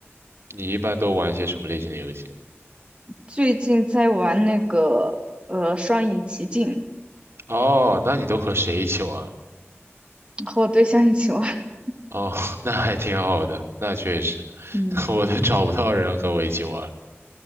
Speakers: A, on the right; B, on the right.
A: 你一般都玩一些什么类型的游戏？
B: 最近在玩那个呃《双影奇境》，
A: 哦，那你都和谁一起玩？
B: 和我对象一起玩。<laughs>
A: 哦，<laughs> 那还挺好的，那确实，
B: 嗯，
A: <laughs> 我都找不到人和我一起玩。